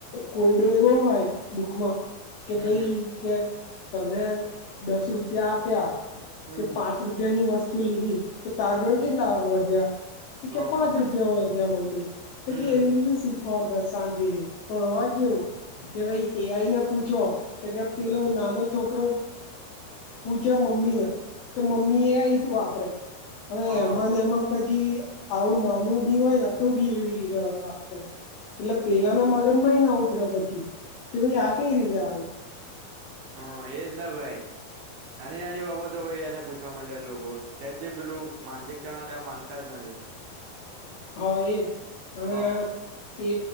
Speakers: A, on the left (about 80°); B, on the right (about 80°).
A: કોયડો એવો હોય, બુકમાં કે
B: હમ
A: ભાઈ
B: હમ
A: કે તને દસ રૂપિયા આપ્યા
B: હમ
A: કે પાંચ રૂપ રૂપિયા ની વસ્તુ લીધી તો તાર જોડ
B: હમ
A: કેટલા વધ્યા તો
B: હા
A: કે પાંચ
B: હા
A: રૂપિયા વધ્યા મમ્મી તો
B: હમ
A: કે એવી રીતે શીખવાડતા શાંતિથી પણવા કેવુ કે ભાઈ એ આઈ ને પૂછો તો કે પેલો નાનો છોકરો પૂછા મ્મી ના તો મ્મી એ વાપરે્યા હવે
B: હા
A: એમાં ને એમાં પછી આવું નાનું બી હોય, ને તુ બી એવી રીતે વાત કરે એટલે પેલાના મગજમાંય ના ઉતરે પછી. કે ભાઈ આ કઈ રીતે આવે
B: હ, એ જ ના ભાઈ નાની નાની બાબતો ભાઈ એને પૂછવા માંડે લોકો શહેદ જે પેલું માનસિક તણાવ લેવા માંગતા જ નથી.
A: હા એજ
B: હા
A: અને એ